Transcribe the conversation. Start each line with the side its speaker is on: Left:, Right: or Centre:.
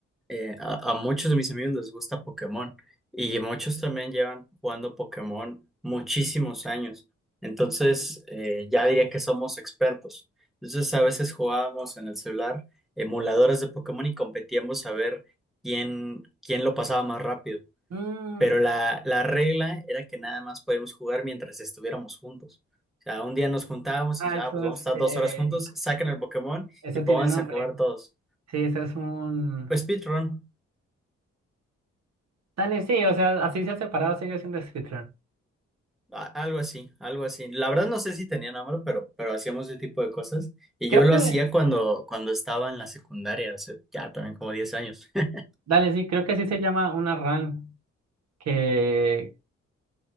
Centre: eh, a, a muchos de mis amigos les gusta Pokémon y muchos también llevan jugando Pokémon muchísimos años. Entonces, eh, ya diría que somos expertos. Entonces, a veces jugábamos en el celular emuladores de Pokémon y competíamos a ver quién, quién lo pasaba más rápido.
Right: Mm,
Centre: Pero la, la regla era que nada más podíamos jugar mientras estuviéramos juntos. O sea, un día nos juntábamos
Right: ah,
Centre: y ya,
Right: eso
Centre: ah, pues vamos
Right: es,
Centre: a estar
Right: eh,
Centre: dos horas juntos, saquen el Pokémon
Right: eso
Centre: y pónganse
Right: tiene nombre.
Centre: a jugar todos.
Right: Sí, eso es un...
Centre: Pues speedrun,
Right: Dale, sí, o sea, así se ha separado, sigue siendo speedrun.
Centre: a- algo así, algo así. La verdad no sé si tenía nombre, pero, pero hacíamos ese tipo de cosas. Y
Right: Creo
Centre: yo lo
Right: que,
Centre: hacía cuando, cuando estaba en la secundaria, hace ya también como 10 años. <laughs>
Right: dale, sí, creo que sí se llama una run, que...